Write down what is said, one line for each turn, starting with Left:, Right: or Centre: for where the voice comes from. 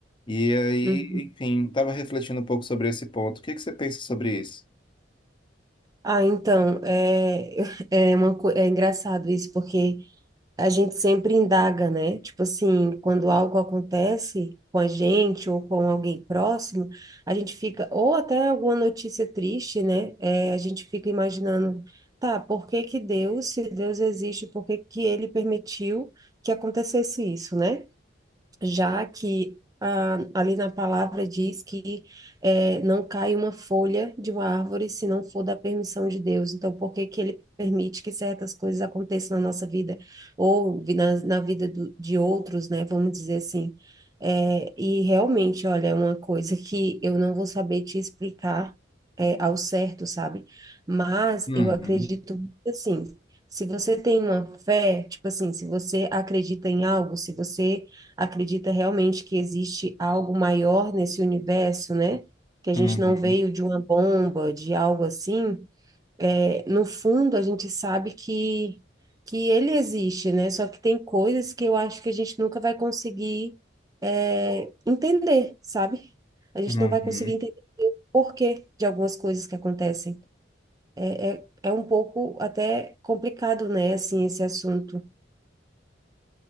Left: E aí,
Right: Uhum.
Left: enfim, estava refletindo um pouco sobre esse ponto. O que que você pensa sobre isso?
Right: Ah, então, é, <laughs> é, uma, co- é engraçado isso, porque. a gente sempre indaga, né? Tipo assim, quando algo acontece com a gente ou com alguém próximo, a gente fica, ou até alguma notícia triste, né? É, a gente fica imaginando, tá, por que que Deus, se Deus existe, por que que ele permitiu que acontecesse isso, né? já que ah, ali na palavra diz que eh, não cai uma folha de uma árvore se não for da permissão de Deus. Então, por que que ele permite que certas coisas aconteçam na nossa vida ou vi- na, na vida do- de outros, né? Vamos dizer assim. Eh, e realmente, olha, é uma coisa que eu não vou saber te explicar eh, ao certo, sabe? Mas
Left: Uhum,
Right: eu acredito assim. Se você tem uma fé, tipo assim, se você acredita em algo, se você acredita realmente que existe algo maior nesse universo, né? Que a gente
Left: uhum,
Right: não veio de uma bomba, de algo assim. É, no fundo, a gente sabe que, que ele existe, né? Só que tem coisas que eu acho que a gente nunca vai conseguir, é, entender, sabe? A gente
Left: uhum.
Right: não vai conseguir entender o porquê de algumas coisas que acontecem. É, é um pouco até complicado, né? Assim, esse assunto.